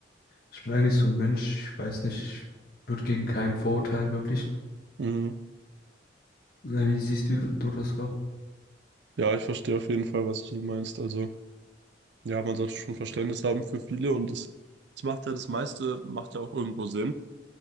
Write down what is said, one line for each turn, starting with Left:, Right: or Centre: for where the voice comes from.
Left: Ich bin eigentlich so ein Mensch, ich weiß nicht, ich würde gegen keinen verurteilen, wirklich.
Right: Mhm.
Left: Äh, Wie siehst du, du das so?
Right: Ja, ich verstehe auf jeden Fall, was du meinst. Also, ja, man sollte schon Verständnis haben für viele und das, das macht ja das meiste, macht ja auch irgendwo Sinn.